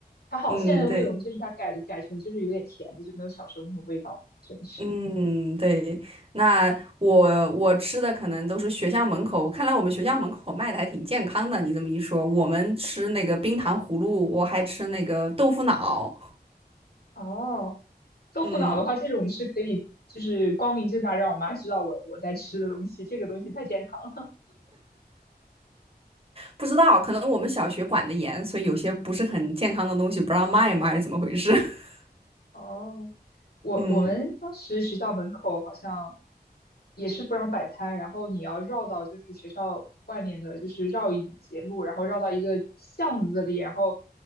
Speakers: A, on the left; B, on the right.
A: 还好现在的卫龙就是它改改成就是有点甜的，
B: 嗯，对。
A: 就没有小时候那种味道，真的是。
B: 嗯，对，那我我吃的可能都是学校门口，看来我们学校门口卖的还挺健康的。你这么一说，我们吃那个冰糖葫芦，我还吃那个豆腐脑。
A: 哦，豆腐脑的话，
B: 嗯，
A: 这种是可以，就是光明正大让我妈知道我我在吃的东西，这个东西太健康了。
B: 不知道，可能我们小学管的严，所以有些不是很健康的东西不让卖嘛，还是怎么回事？<laughs>
A: <laughs> 哦，我我们当时学校门口好像
B: 嗯
A: 也是不让摆摊，然后你要绕到就是学校外面的，就是绕一节路，然后绕到一个巷子里，然后